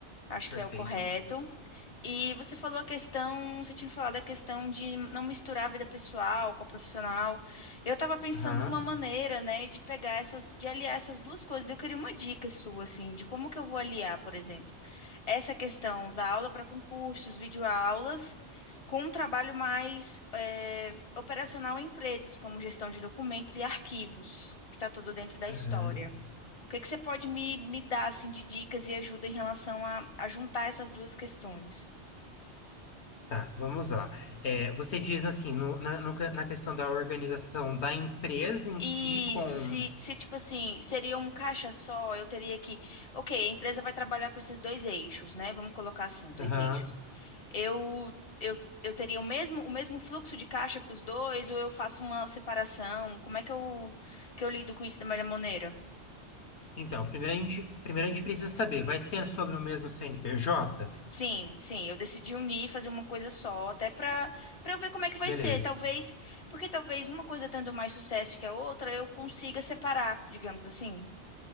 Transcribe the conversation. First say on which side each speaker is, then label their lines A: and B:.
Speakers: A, on the left; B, on the left.
A: acho que
B: Perfeito.
A: é o correto. E você falou a questão, você tinha falado a questão de não misturar a vida pessoal com a profissional. Eu estava pensando
B: Aham,
A: uma maneira, né, de pegar essas, de aliar essas duas coisas. Eu queria uma dica sua, assim, de como que eu vou aliar, por exemplo, essa questão da aula para concursos, videoaulas, com um trabalho mais eh, operacional em empresas, como gestão de documentos e arquivos, que está tudo dentro da história.
B: aham.
A: O que que você pode me, me dar, assim, de dicas e ajuda em relação a a juntar essas duas questões?
B: Tá, vamos lá. É, você diz assim, no- na, no- na questão da organização da empresa em si
A: Isso,
B: com...
A: se, se tipo assim, seria um caixa só, eu teria que. Ok, a empresa vai trabalhar com esses dois eixos, né? Vamos colocar assim, dois
B: Aham.
A: eixos. Eu, eu, eu teria o mesmo, o mesmo fluxo de caixa para os dois, ou eu faço uma separação? Como é que eu, que eu lido com isso da melhor maneira?
B: Então, primeiro a gente, primeiro a gente precisa saber, vai ser sobre o mesmo CNPJ?
A: Sim, sim, eu decidi unir, fazer uma coisa só, até para para eu ver como é que vai
B: Beleza.
A: ser. Talvez, porque talvez uma coisa tendo mais sucesso que a outra, eu consiga separar, digamos assim.